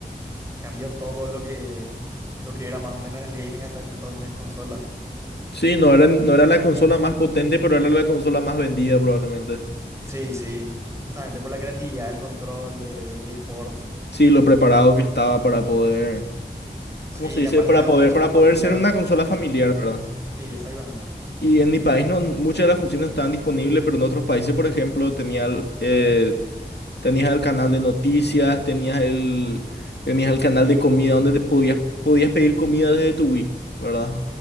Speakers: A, on the right; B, on the left.
A: cambió todo lo que, lo que era más o menos el gaming hasta ese entonces en consola.
B: Sí, no era, no era la consola más potente, pero era la consola más vendida probablemente.
A: Sí, sí, justamente por la creatividad, el control de- del Wii Sports.
B: Sí, lo preparado que estaba para poder,
A: Sí,
B: ¿cómo se dice?
A: y aparte
B: Para
A: era
B: poder,
A: mucho
B: para
A: más
B: poder
A: familiar.
B: ser una consola familiar, ¿verdad?
A: Sí, exactamente.
B: Y en mi país no, muchas de las funciones no estaban disponibles, pero en otros países, por ejemplo, tenía, el- eh, tenías el canal de noticias, tenías el, tenías el canal de comida donde te podías, podías pedir comida desde tu Wii, ¿verdad?